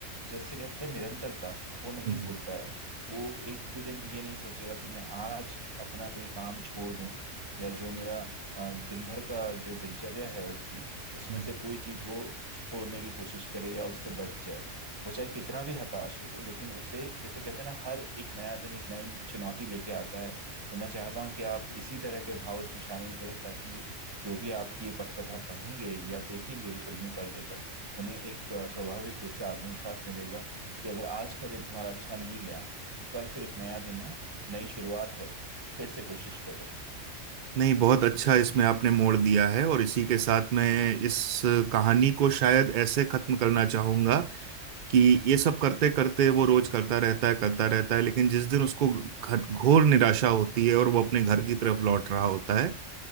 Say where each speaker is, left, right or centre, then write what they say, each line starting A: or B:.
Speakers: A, on the right; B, on the right.
A: जैसे कहते हैं निरंतरता वो नहीं
B: हम्म,
A: भूलता है वो एक भी दिन ये नहीं सोचेगा कि मैं आज अपना कोई काम छोड़ दूं या जो मेरा अ, दिन भर का जो दिनचर्या है उसकी उसमें
B: हम्म।
A: से कोई चीज वो छोड़ने की कोशिश करे या उससे बच जाए वो चाहे कितना भी हताश हो लेकिन उसे जैसे कहते हैं ना हर एक नया दिन एक नई चुनौती लेके आता है तो मैं चाहता हूं कि आप इसी तरह के भाव इसमें शामिल करें ताकि जो भी आपकी ये पटकथा पढ़ेंगे या देखेंगे फिल्मी पर्दे पर उन्हें एक अ, स्वाभाविक रूप से आत्मविश्वास मिलेगा कि अगर आज का दिन तुम्हारा अच्छा नहीं गया तो कल फिर एक नया दिन है नई शुरुआत है फिर से कोशिश करो
B: नहीं बहुत अच्छा इसमें आपने मोड़ दिया है और इसी के साथ मैं इस कहानी को शायद ऐसे खत्म करना चाहूंगा कि ये सब करते करते वो रोज करता रहता है करता रहता है लेकिन जिस दिन उसको घर घोर निराशा होती है और वो अपने घर की तरफ लौट रहा होता है